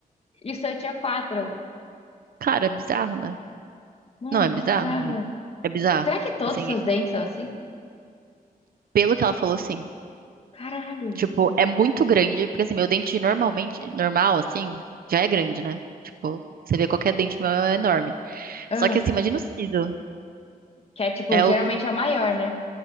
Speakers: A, on the left (about 40°); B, on the right (about 70°).
A: e o seu tinha quatro.
B: Cara, é bizarro, né?
A: Mano,
B: Não, é bizarro.
A: bizarro.
B: amigo. É bizarro.
A: Será que todos
B: Assim,
A: os seus dentes são assim?
B: pelo que ela falou, sim.
A: Caralho.
B: Tipo, é muito grande, porque assim, meu dente normalmente, normal, assim, já é grande, né? Tipo, você vê qualquer dente meu é enorme.
A: Ah,
B: Só que assim, imagina o siso.
A: que é, tipo,
B: É
A: geralmente
B: o.
A: é a maior, né?